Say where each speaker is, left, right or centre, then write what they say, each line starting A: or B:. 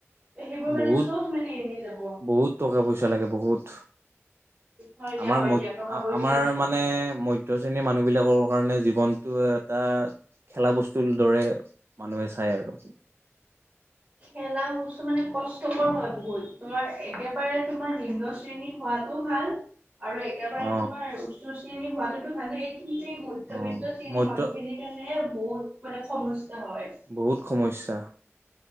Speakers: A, on the right (about 25°); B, on the right (about 50°).
A: সেইবোৰ মানে
B: বহুত
A: চব মানে এনেই যাব
B: বহুত টকা পইচা লাগে বহুত।
A: হয় দিয়া
B: আমাৰ
A: হয়
B: ম
A: দিয়া টকা পইচা
B: আমাৰ মান মানে মধ্যশ্ৰেণীৰ মানুহবিলাকৰ কাৰণে জীৱনটো এটা খেলা বস্তুৰ দৰে মানুহে চাই আৰু।
A: খেলা বস্তু মানে কষ্টকৰ হয় বহুত তোমাৰ একেবাৰে তোমাৰ নিম্ন শ্ৰেণীত হোৱাতো ভাল আৰু একেবাৰে
B: অ
A: তোমাৰ উচ্চ শ্ৰেণী হোৱাটোতো ভালেই কিন্তু মধ্যবিত্ত
B: অ
A: শ্ৰেণীৰ
B: মধ্য
A: মানুহখিনিৰ কাৰণে বহুত মানে সমস্যা হয়।
B: বহুত সমস্যা।